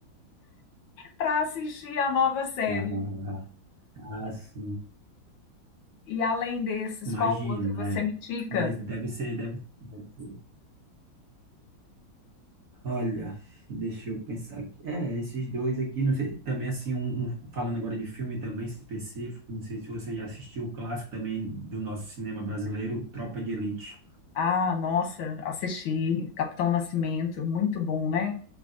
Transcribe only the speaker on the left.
para assistir a nova série.
E além desses,
qual outro você
me indica?
Ah, nossa, assisti Capitão Nascimento, muito bom, né?